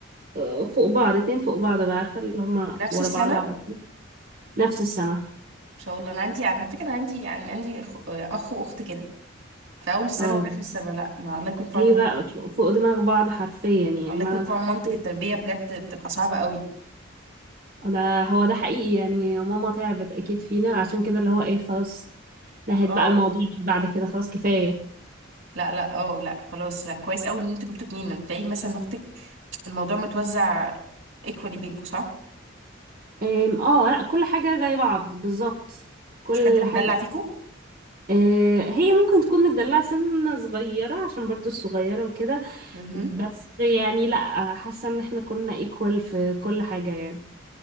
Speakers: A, on the right (about 45°); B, on the right (about 75°).
A: آه، فوق بعض اتنين فوق بعض بقى عارفه اللي هما
B: في نفس
A: ورا
B: السنه
A: بعض على
B: ما
A: طول. نفس السنه
B: شاء الله انا عندي على فكره أنا عندي يعني عندي اخ أخ واخت كده في اول السنه
A: اه
B: وفي اخر السنه لا ما الله يكون في
A: هي
B: عون
A: بقى فوق فوق دماغ بعض حرفيا يعني
B: الله
A: معنى
B: يكون في
A: الحرفي
B: عون مامتك التربيه بجد بتبقى صعبه قوي
A: ده هو ده حقيقي يعني ماما تعبت اكيد فينا عشان كده اللي هو ايه خلاص نهت
B: اه
A: بقى الموضوع بعد كده خلاص كفاية
B: لا لا اه لا خلاص لا كويس قوي ان انتوا جبتوا اتنين تلاقي مثلا اختك الموضوع متوزع ايكوالي بينكوا صح
A: أم، اه لا كل حاجة زي بعض بالظبط كل
B: مش حد متدلع
A: حاجة
B: فيكوا
A: أه، هي ممكن تكون متدلعة سنة صغيرة عشان برضو الصغيرة وكده
B: مهم.
A: بس يعني لا حاسة ان احنا كنا ايكوال في كل حاجة يعني